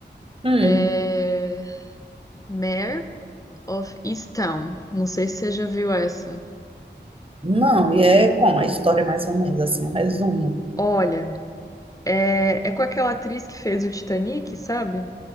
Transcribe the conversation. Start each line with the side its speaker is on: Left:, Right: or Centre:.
Right: Hum,
Left: é Mare. of Easttown. Não sei se você já viu essa.
Right: não, e é como a história, é mais ou menos assim, um resumo.
Left: Olha, é, é com aquela atriz que fez o Titanic, sabe?